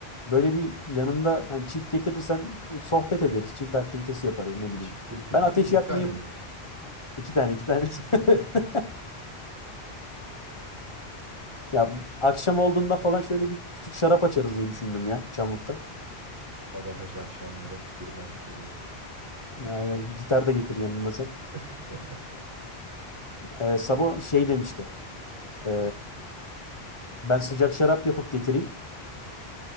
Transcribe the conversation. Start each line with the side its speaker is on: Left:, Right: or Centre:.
Left: böyle bir yanında hani çift getirirsen e, sohbet ederiz. Çift aktivitesi yaparız ne bileyim.
Right: Çift getirirsem
Left: Ben ateş
Right: iki
Left: yakmayı
Right: tane mi?
Left: İki tane iki tane. <laughs>
Right: <laughs>
Left: Ya akşam olduğunda falan şöyle bir küçük şarap açarız diye düşündüm ya Çamlık'ta.
Right: Kabataş akşamları bir başka oluyor.
Left: Aynen gitar da getir yanında sen.
Right: <laughs>
Left: Ee, Sabo şey demişti. Ee, ben sıcak şarap yapıp getireyim.